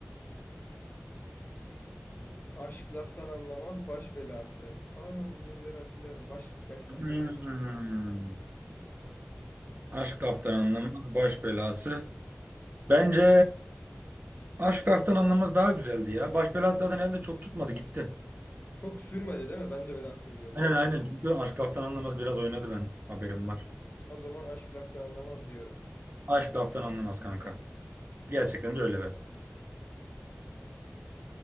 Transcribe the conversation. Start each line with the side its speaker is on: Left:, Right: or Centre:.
Left: Aşk laftan anlamaz baş belası. Aa bu dizileri hatırlıyorum. Baş, baş, baş
Right: Hmm.
Left: belasını hatırlamıyorum.
Right: Aşk laftan
Left: Baş.
Right: anlanmaz baş belası. Bence Aşk Laftan Anlamaz daha güzeldi ya. Baş belası zaten elde çok tutmadı gitti.
Left: Çok sürmedi değil mi? Ben de öyle hatırlıyorum.
Right: Aynen aynen çünkü Aşk Laftan Anlamaz biraz oynadı ben haberim var.
Left: O zaman aşk laftan anlamaz diyorum.
Right: Aşk Laftan Anlamaz kanka. Gerçekten de öyle be.